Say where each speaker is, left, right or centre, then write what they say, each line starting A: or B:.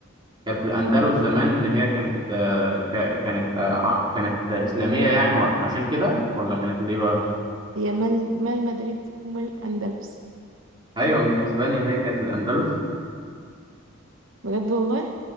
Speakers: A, on the right; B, on the right.
A: كان في الاندلس زمان ان هي كانت آه، ك- كانت آه، ع- كانت اسلاميه يعني عشان كده ولا كانت ليه بقى
B: هي مال مال مدريد ومال الأندلس
A: ايوه مش اسبانيا هي كانت الاندلس
B: بجد والله